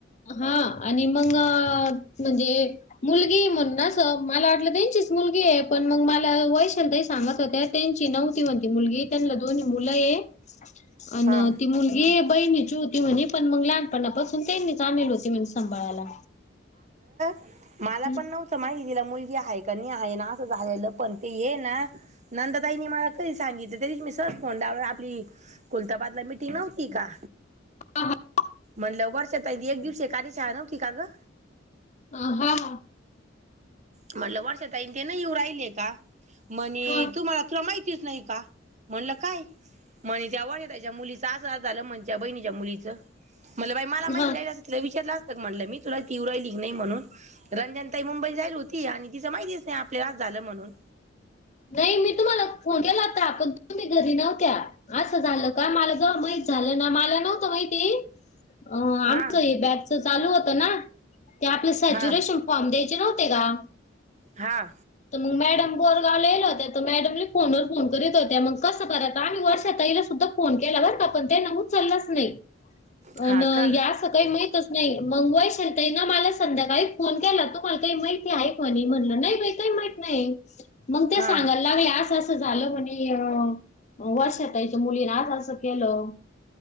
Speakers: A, on the left (about 40°); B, on the right (about 40°).
A: हा आणि मंग म्हणजे मुलगी म्हणून अस मला वाटलं त्यांचीच मुलगी ये, पण मला वैशाली ताई सांगत होत्या त्यांची नवती म्हण ती मुलगी त्यांना दोन्हीं मुलं आहे. आन
B: हा
A: ती मुलगी बहिणीची होती म्हणी पण मग लहान पणापासून त्यांनीच <unintelligible> नेली होती म्हणी सांभाळायला.
B: <unintelligible> माला
A: हं.
B: पण नव्हत माहीत हिला मुल ती आहे का नई आईला एस झालेलं पण तेयेना नंदा ताईंनी मला कधी सांगीत त्या दिवशी मी सरळ फोन लावला आपली कुलताबादला मीटिंग नव्हती का?
A: <inaudible>
B: म्हनलं वर्षाताई ऐक दिवशी एखादी शाळा नव्हती का ग?
A: आहा
B: म्हणाल वर्षाताई तेन नाई येऊन राहिले का? म्हणी
A: हां
B: तुम्हाला तुर माही -- तीच नाही का? म्हणाल काय? म्हणी जवानित त्याच्या मुलीचं अस अस झालं म्हण त्याच्या बहिणीच्या मुलीचं? म्हणल बाई मला माहित
A: हां.
B: नाही, नाहीतर तिला विचारलं अस तर म्हणाल मी तुला तिव राहिली की नाही म्हणून रंजना ताई मुंबई होती आणि तिचं माहितीच नाही आपल्याला असं झालं म्हणून
A: नाही मी तुम्हाला फोन केला ता तुम्ही घरी नव्हत्या असं झालं का मला जवा माहीत झालं ना मला नवत माहिती अं
B: हा
A: आमचं हे बॅचच चालू होत ना? ते आपले सचुरेशन
B: हा
A: फॉर्म द्यायचे नव्हते का?
B: हा
A: त मग मॅडम बोल. चालेल्या होत्या तर मॅडमनी फोन वर फोन करीत होत्या, मगं कस करायच आम्ही वर्षा ताईनला सुद्धा पण फोन केला बर का पण त्यांनी फोन उचलाच नाही.
B: हा
A: अन् हे
B: का
A: अस काही माहीतच नाही मगं वैशाली ताई ना, मला संध्याकाळी फोन केला तुम्हाला काही माहीत आहे का म्हणी? म्हणल नाई बाई काही माहीत नाही. मगं त्या
B: हा
A: सांगायला लागल्या आस आस -- झालं म्हणी अ वर्षा ताईच्या मुलीनं अस अस केलं.